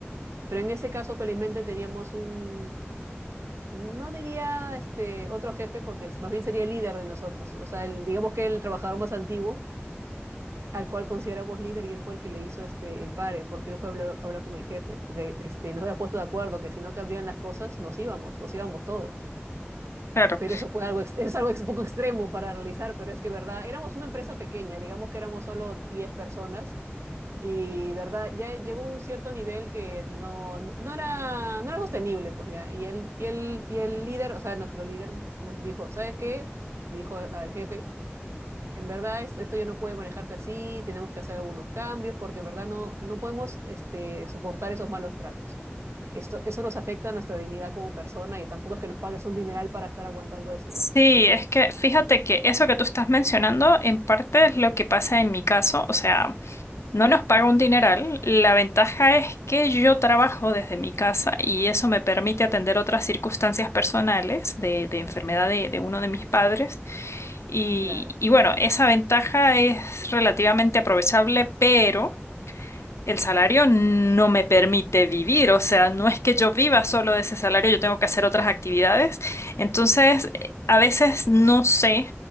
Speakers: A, on the right; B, on the left.
A: Pero en ese caso, felizmente teníamos un, no diría este otro jefe, porque es- más bien sería el líder de nosotros, o sea, el, digamos que el trabajador más antiguo al cual consideramos líder y él fue el que le hizo este, el pare, porque él fue a hablar, a hablar con el jefe, porque este, nos había puesto de acuerdo que si no cambiaban las cosas, nos íbamos, nos íbamos todos.
B: Claro.
A: Pero eso fue algo, es algo un poco extremo para realizar, pero es que, verdad, éramos una empresa pequeña, digamos que éramos solo 10 personas, y, verdad, ya llegó un cierto nivel que no, no, no era, no era sostenible, pues ya. Y el, y, el, y el líder, o sea, nuestro líder nos dijo, ¿sabes qué? Dijo al jefe, en verdad es- esto ya no puede manejarse así, tenemos que hacer algunos cambios porque en verdad no, no podemos este, soportar esos malos tratos. Esto, eso nos afecta a nuestra dignidad como persona y tampoco es que nos pagues un dineral para estar aguantando eso,
B: Sí,
A: ¿no?
B: es que fíjate que eso que tú estás mencionando en parte es lo que pasa en mi caso. O sea, no nos paga un dineral. La ventaja es que yo trabajo desde mi casa y eso me permite atender otras circunstancias personales de, de enfermedad de de uno de mis padres. Y,
A: Claro.
B: y bueno, esa ventaja es relativamente aprovechable, pero el salario no me permite vivir, o sea, no es que yo viva solo de ese salario, yo tengo que hacer otras actividades. Entonces, eh, a veces no sé,